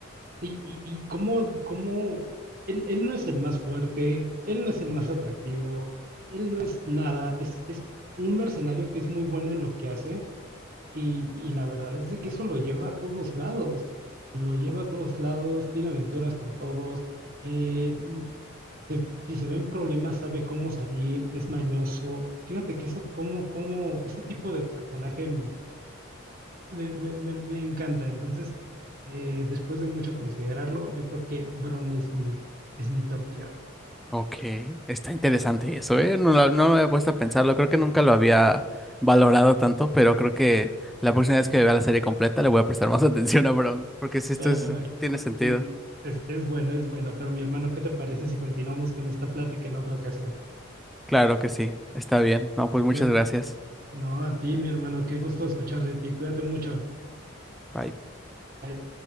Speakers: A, on the right (about 45°); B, in the centre.
A: Y, y, y cómo, cómo él, él no es el más fuerte, él no es el más atractivo, él no es nada, es, es un mercenario que es muy bueno en lo que hace y, y la verdad es de que eso lo lleva a todos lados, lo lleva a todos lados, tiene aventuras con todos, eh, se- si se ven problemas sabe cómo salir, es mañoso. Fíjate que eso, cómo, cómo, ese tipo de personaje me, me- me- me encanta. Entonces, eh, después de mucho considerarlo, yo creo que Bron es mi, es mi top tier.
B: Ok, está interesante eso, ¿eh? No, lo- no me había puesto a pensarlo, creo que nunca lo había valorado tanto, pero creo que la próxima vez que vea la serie completa le voy a prestar más <laughs> atención a Bron, porque si esto
A: Perfecto.
B: es- tiene sentido.
A: Sí, es, es bueno, es bueno. Pero mi hermano, ¿qué te parece si continuamos con esta plática en otra ocasión?
B: Claro que sí, está bien. No, pues muchas
A: Cu-
B: gracias.
A: No, a ti, mi hermano, qué gusto escuchar de ti. Cuídate mucho.
B: Bye.
A: Bye.